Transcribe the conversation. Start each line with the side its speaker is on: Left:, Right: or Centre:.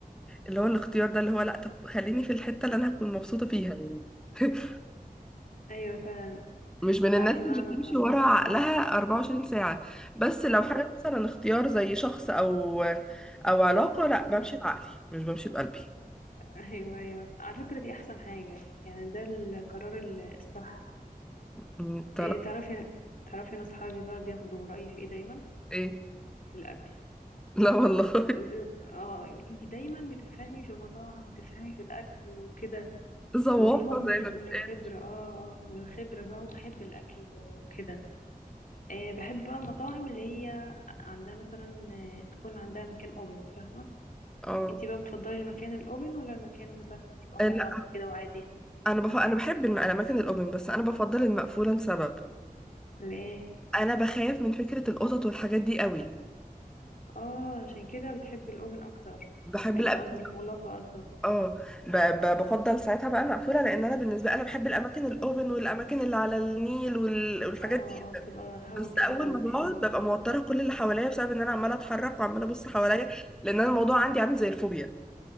Centre: اللي هو الاختيار ده اللي هو لا طب خليني في الحتة اللي انا هكون مبسوطة فيها يعني <laughs>
Left: ايوه فعلا
Centre: مش من
Left: تعرفي
Centre: الناس اللي
Left: بقى انا
Centre: بتمشي ورا عقلها 24 ساعة بس لو حاجة مثلا اختيار زي شخص او او علاقة لا
Left: امم
Centre: بمشي بعقلي مش بمشي بقلبي
Left: ايوه ايوه على فكرة دي احسن حاجة يعني ده القرار الصح
Centre: م- طلعت
Left: إيه تعرفي تعرفي انا اصحابي بقى بياخدوا رأيي في ايه دايما
Centre: ايه
Left: في الاكل
Centre: لا والله
Left: يقولوا اه يقولوا لي دايما بتفهمي في المطاعم وتفهمي في الاكل وكده
Centre: <laughs> ذواقة
Left: فاقول لهم من
Centre: زي ما بيتقال
Left: من الخبرة اه اه من الخبرة بقى وبحب الاكل وكده إيه بحب بقى المطاعم اللي هي عندها مثلا آه، تكون عندها مكان اوبن فاهمة
Centre: اه
Left: انتي بقى بتفضلي المكان الاوبن ولا المكان مثلا يبقى
Centre: آه،
Left: مغلق
Centre: لا
Left: وكده وعادي
Centre: انا بف... انا بحب الم- الاماكن الاوبن بس انا بفضل المقفولة لسبب
Left: ليه
Centre: انا بخاف من فكرة القطط والحاجات دي قوي
Left: اه عشان كده بتحب الاوبن اكتر
Centre: بحب
Left: اللي
Centre: الاماكن
Left: قصدي المغلقة قصدك
Centre: اه ب- ب- بفضل ساعتها بقى المقفوله لان انا بالنسبه انا بحب الاماكن الاوفن والاماكن اللي على النيل وال- والحاجات
Left: اه
Centre: دي
Left: اه بتبقى هوا
Centre: بس
Left: كده
Centre: اول
Left: وحلو
Centre: ما بقعد ببقى موتره كل اللي حواليا بسبب ان انا عماله اتحرك وعماله ابص حواليا لان انا الموضوع عندي عامل زي الفوبيا